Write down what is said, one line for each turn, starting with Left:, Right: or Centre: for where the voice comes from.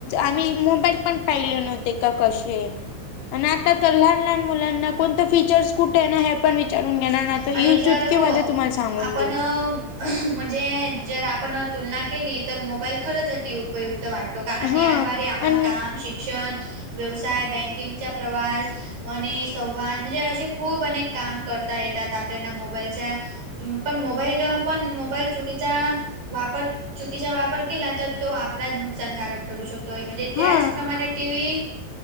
Left: आम्ही, मोबाईल पण पाहिले नव्हते का कसे आहे. आणि आता तर लहान लहान मुलांना कोणतं फीचर्स कुठे आहे ना हे पण विचारून घेणार ना तर
Right: आणि
Left: यू
Right: जर
Left: चुटकी
Right: हो
Left: मध्ये तुम्हाला सांगून
Right: आपण
Left: देईल.
Right: म्हणजे जर आपण तुलना केली तर मोबाईल खरंच अति उपयुक्त वाटतो. कारण याद्वारे
Left: हा
Right: आपण
Left: आणि
Right: काम, शिक्षण, व्यवसाय, बँकिंगचा प्रवास आणि संवाद म्हणजे असे खूप अनेक काम करता येतात आपल्याना मोबाईलच्या पण मोबाईल पण मोबाईल चुकीचा वापर चुकीचा वापर केला, तर तो आपला नुकसानकारक ठरू शकतो आहे. म्हणजे त्याचप्रमाणे
Left: हा
Right: टी व्ही